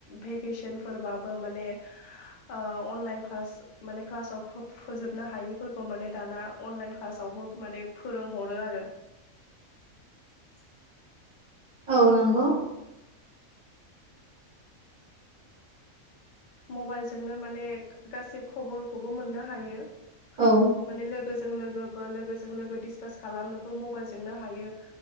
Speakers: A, on the left; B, on the right.
A: भेकेसनफोरबाबो माने ओ अनलाइन क्लास माने क्लासाव फो-फोजोब फोजोबनो हायैफोरखौ माने दाना अनलाइन क्लासावबो माने फोरोंहरो आरो।
B: <inaudible> औ नंगौ।
A: मबाइलजोंनो माने गासि खबरखौबो मोननो हायो।
B: औ।
A: माने लोगोजों लोगोबो लोगोजों लोगो डिसकास खालामनोबो मबाइलजोंनो हायो।